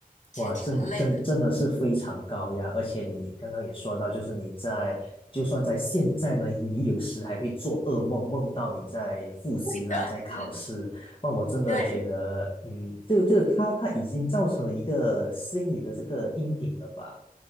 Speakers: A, on the left; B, on the left.
A: 其实挺累的。
B: 哇，真的真真的是非常高压，而且你刚刚也说到，就是你在就算在现在呢，你有时还会做噩梦，梦到你在复习啦，
A: 会的，
B: 在考试。
A: 嗯。
B: 哇，我真的觉得，
A: 对
B: 嗯，就就他他已经造成了一个心理的这个阴影了吧？